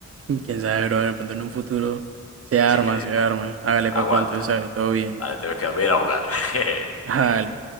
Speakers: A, on the right; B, on the left.
A: Y Quién sabe, bro, de pronto en un futuro se arma,
B: Sí creo,
A: se arma. Hágale,
B: aguanta.
A: papá, entonces sale todo bien.
B: Vale, tengo que dormir a jugar. <laughs>
A: Hágale.